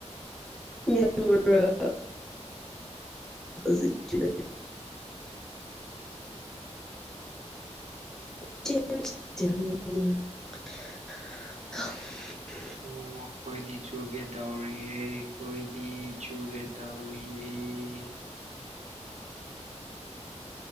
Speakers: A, in the centre; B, on the right.
A: ꯏ ꯇꯔ ꯖꯤ ꯆꯗ <inaudible>
B: ꯑꯣ ꯑꯩꯈꯣꯏꯗꯤ ꯆꯨꯒꯦ ꯇꯧꯔꯤꯌꯦꯦ ꯑꯩꯈꯣꯏꯗꯤ ꯆꯨꯒꯦ ꯇꯧꯔꯤꯌꯦ ꯎꯝ